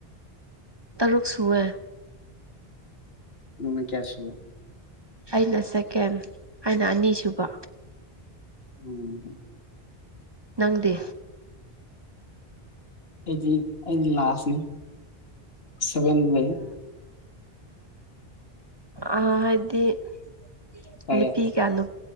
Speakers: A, on the right (about 25°); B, on the left (about 75°).
A: ꯇꯔꯛ ꯁꯨꯋꯦ
B: ꯅꯅ ꯀꯌꯥꯁ
A: ꯑꯩꯅ ꯁꯦꯀꯦꯟ ꯑꯩꯅ ꯑꯅꯤꯁꯨꯨꯕ
B: ꯎꯝ
A: ꯅꯪꯗꯦ
B: ꯑꯩꯗꯤ ꯑꯩꯗꯤ ꯂꯥꯁꯅꯤ ꯁꯚꯦꯟ ꯂꯩ
A: ꯑ ꯍꯥꯏꯗꯤꯄꯤꯤ
B: ꯇꯔꯦꯠ
A: ꯀꯌꯥꯗ